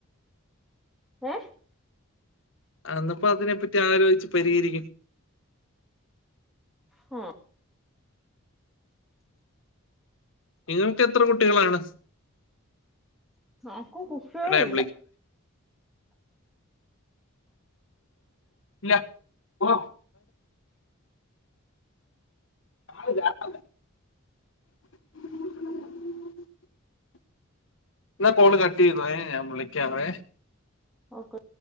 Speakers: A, in the centre; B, on the left (about 60°).
A: ഏ
B: അന്നപ്പോ അതിനെ പറ്റി ആലോചിച്ച് പരിഹരിക്കും
A: ആ
B: നിങ്ങൾക്ക് എത്ര കുട്ടികളാണ്
A: ക്ക് കുട്ടികൾ
B: എടാ ഞാൻ
A: ഇല്ല
B: ല്ല ഓ <unintelligible> ന്നാ കോള് കട്ട് ചെയ്തോ ഏ ഞാൻ വിളിക്കാവേ
A: ഓക്ക്